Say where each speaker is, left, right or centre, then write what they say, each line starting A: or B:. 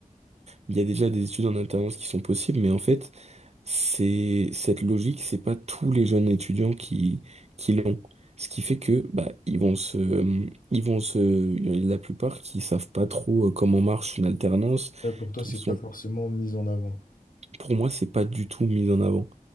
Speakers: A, on the right; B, on the left.
A: Il y a déjà des études en alternance qui sont possibles, mais en fait, c'est cette logique, c'est pas tous les jeunes étudiants qui, qui l'ont. Ce qui fait que bah ils vont se euh, ils vont se il y en a la plupart qui savent pas trop euh, comment marche une alternance,
B: Ouais, pour toi,
A: qui
B: c'est
A: sont
B: pas forcément mis en avant. quoi.
A: pour moi c'est pas du tout mis en avant.